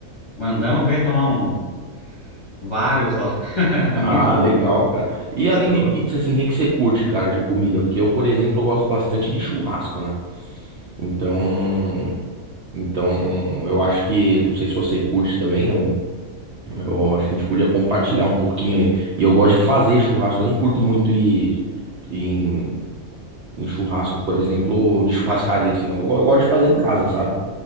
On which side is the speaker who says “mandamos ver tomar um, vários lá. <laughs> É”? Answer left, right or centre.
Left